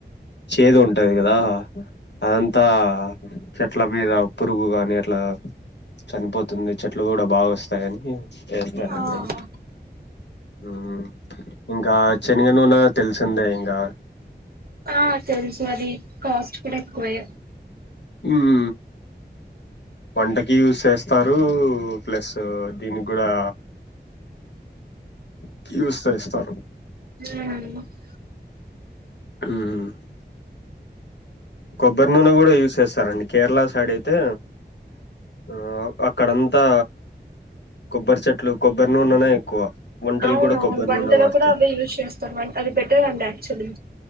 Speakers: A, on the left; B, on the right.
A: చేదు ఉంటది కదా అదంతా చెట్ల మీద పురుగు గాని అట్లా చనిపోతుంది చెట్లు కూడా బాగా వస్తాయని చేస్తారండి
B: ఆహా
A: ఉమ్ ఇంకా శనగ నూనె తెలుసిందే ఇంగ
B: ఆ తెలుసు అది కాస్ట్ కూడా ఎక్కువే
A: ఉమ్ వంటకి యూజ్ చేస్తారు ప్లస్ దీనికి కూడా
B: <inaudible>
A: ట్యూస్డే ఇస్తారు
B: ఉమ్
A: ఉమ్ కొబ్బరి నూనె కూడా యూజ్ చేస్తారండి కేరళా సైడ్ అయితే ఆ అక్కడంతా కొబ్బరి చెట్లు కొబ్బరి నూననే ఎక్కువ వంటలు
B: అవున
A: కూడా
B: అవును
A: కొబ్బరి
B: వంటలో
A: నూనె వాడతారు
B: కూడా అవే యూజ్ చేస్తారు అది బెటర్ అండి యాక్చువల్లీ